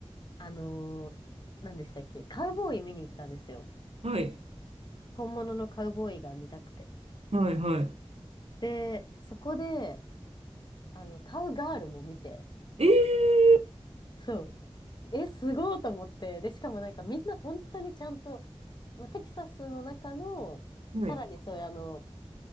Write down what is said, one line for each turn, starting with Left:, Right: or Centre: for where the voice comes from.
Left: あのー、何でしたっけ、カウボーイ見に行ったんですよ。
Right: はい。
Left: 本物のカウボーイが見たくて。
Right: はい、はい。
Left: で、そこで、あの、カウガールも見て、
Right: ええ
Left: そう、え、すごいと思って、で、しかもなんかみんな本当にちゃんと、まあ、テキサスの中の、
Right: はい。
Left: さらにそういうあの、